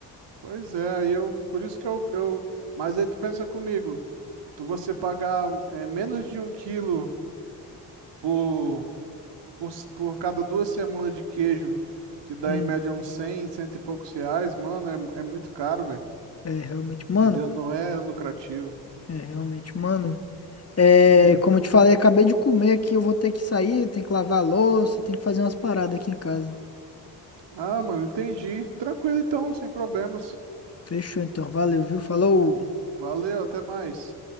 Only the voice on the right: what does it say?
pois é, aí eu, por isso que eu, eu, mas aí tu pensa comigo, tu você pagar é, menos de um quilo por, por, s- por cada duas semanas de queijo, que dá
em média uns 100, cento e poucos reais, mano, é, é muito caro, velho.
Entendeu? Não é lucrativo.
Hum.
Ah, mano, entendi. Tranquilo então, sem problemas.
Valeu, até mais.